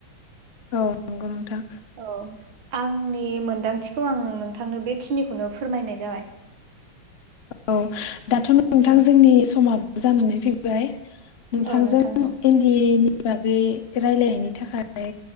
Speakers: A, on the left; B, on the right.
A: औ नंगौ नोंथां
B: औ आंनि मोनदांथिखौ आं नों नोंथांनो बेखिनिखौनो फोरमायनाय जाबाय।
A: औ दाथ' नोंथां
B: अ
A: जोंनि समाबो जानानै फैबाय नोंथांजों
B: औ नोंथां औ
A: इन्दिनि बागै रायलायनायनि थाखाय